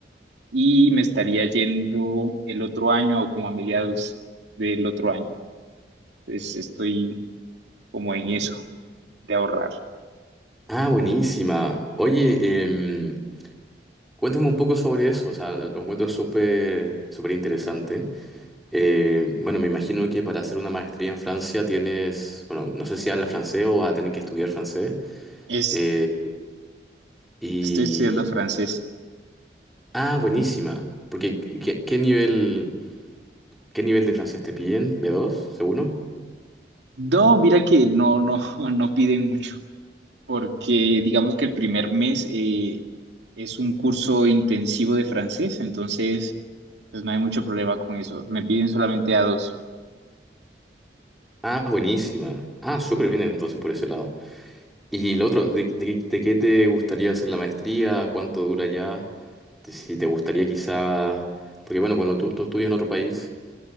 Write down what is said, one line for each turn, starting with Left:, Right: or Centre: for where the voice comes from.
Right: y me estaría yendo el otro año o como a mediados del otro año. Entonces estoy como en eso de ahorrar.
Centre: Ah, buenísima. Oye, em, cuéntame un poco sobre eso. O sea, lo encuentro súper, súper interesante. Eh, bueno, me imagino que para hacer una maestría en Francia tienes, bueno, no sé si habla francés o vas a tener que estudiar francés.
Right: Es,
Centre: Eh, y,
Right: estoy estudiando francés.
Centre: ah, buenísima. Porque, ¿qué, qué nivel, qué nivel de francés te piden? ¿B2, seguro?
Right: No, mira que no, no, <laughs> no piden mucho, porque digamos que el primer mes eh, es un curso intensivo de francés, entonces pues no hay mucho problema con eso. Me piden solamente a dos.
Centre: Ah, buenísima. Ah, súper bien entonces por ese lado. Y lo otro, ¿de, de qué de qué te gustaría hacer la maestría? ¿Cuánto dura ya? Si te gustaría quizá... Porque bueno, cuando tú, tú estudias en otro país,